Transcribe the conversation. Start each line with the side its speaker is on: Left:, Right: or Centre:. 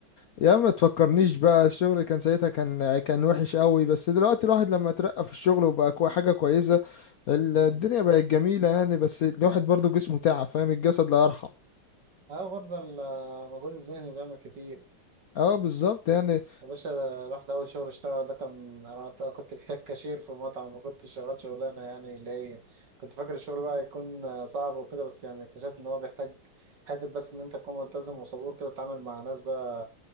Left: يا عم ما تفكرنيش بقى الشغل كان ساعتها كان كان وحش قوي بس دلوقتي الواحد لما اترقى في الشغل وبقى كو- حاجة كويسة ال-
Right: مم.
Left: الدنيا بقت جميلة يعني بس الواحد برضو جسمه تعب فاهم الجسد لا يرحم
Right: اه برضه المجهود الذهني بيعمل كتير
Left: اه بالظبط يعني
Right: يا باشا ده رحت أول شغل اشتغل ده كان أنا ت- كنت في كاشير في مطعم ما كنتش شغال شغلانة يعني اللي هي كنت فاكر الشغل بقى يكون آه، صعب وكده بس يعني اكتشفت إن هو بيحتاج حتة بس إن أنت تكون ملتزم وصبور كده تتعامل مع ناس بقى